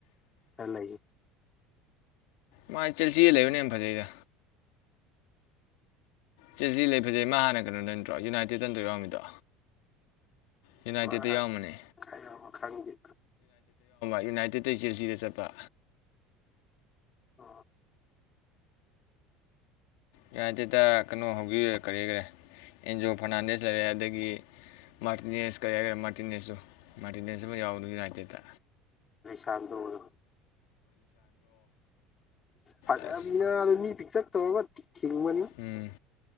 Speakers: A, on the left; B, on the left.
A: ꯈꯔ ꯂꯩ
B: ꯃꯥ ꯆꯦꯁꯤꯜꯗ ꯂꯪꯕꯅ ꯐꯖꯩꯗ ꯁꯦ ꯁꯤ ꯂꯩ ꯐꯖꯩ ꯃꯥ ꯍꯥꯟꯅ ꯀꯩꯅꯣꯗ ꯅꯠꯇ꯭ꯔꯣ ꯌꯨꯅꯥꯏꯇꯦꯠꯇ ꯅ꯭ꯔꯣ ꯌꯥꯎꯔꯝꯃꯤꯗꯣ ꯌꯨꯅꯥꯏꯇꯦꯠꯇ
A: ꯃꯥ ꯍꯥꯟꯅ
B: ꯌꯥꯝꯕꯅꯦ
A: ꯀꯥꯏ ꯌꯥꯎꯕ ꯈꯪꯗꯦ
B: ꯌꯨꯅꯥꯏꯇꯦꯠ ꯗꯩ ꯆꯦꯜꯁꯤꯗ ꯆꯠꯄ
A: ꯑ
B: ꯌꯨꯅꯥꯏꯇꯦꯠꯇ ꯀꯩꯅꯣ ꯍꯧꯈꯤꯕꯦ ꯀꯔꯤꯈꯔꯦ ꯑꯦꯟꯖꯤꯣ ꯐꯔꯅꯥꯟꯗꯦꯁ ꯂꯩꯔꯦ ꯑꯗꯒꯤ ꯃꯥꯔꯇꯤꯅꯦꯁ ꯀꯔꯤ ꯍꯥꯏꯒꯦꯔꯦ ꯃꯥꯔꯇꯤꯅꯦꯁꯁꯨ ꯃꯥꯔꯇꯤꯅꯦꯁ ꯑꯃ ꯌꯥꯎ ꯃꯤ ꯔꯆꯦꯇꯥ
A: ꯆꯥꯟꯗꯗꯔꯣ ꯐꯖꯕꯤꯅꯥ
B: ꯑꯁ
A: ꯑꯗꯨ ꯄꯤꯛꯇꯛ ꯇꯕꯒ ꯊꯤꯡꯃꯅꯤ
B: ꯎꯝ